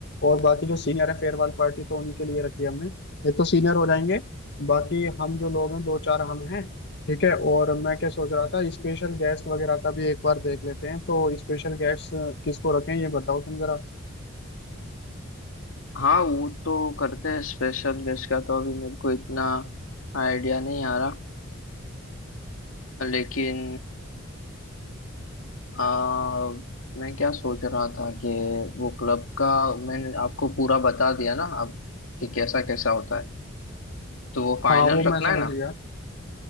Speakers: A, on the left; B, on the left.
A: और बाकी जो सीनियर है फेयरवेल पार्टी तो उन्हीं के लिए रखी है हमने एक तो सीनियर हो जाएंगे बाकी हम जो लोग हैं दो चार हम हैं ठीक है और मैं क्या सोच रहा था स्पेशल गेस्ट वगैरह का भी एक बार देख लेते हैं तो स्पेशल गेस्ट किसको रखें ये बताओ तुम जरा
B: हाँ वो तो करते हैं स्पेशल गेस्ट का तो अभी मेरे को इतना आइडिया नहीं आ रहा लेकिन आ, मैं क्या सोच रहा था कि वो क्लब का मैंने आपको पूरा बता दिया ना अब कि कैसा कैसा होता है तो वो फाइनल
A: हाँ वो
B: रखना
A: मैं समझ
B: है ना
A: गया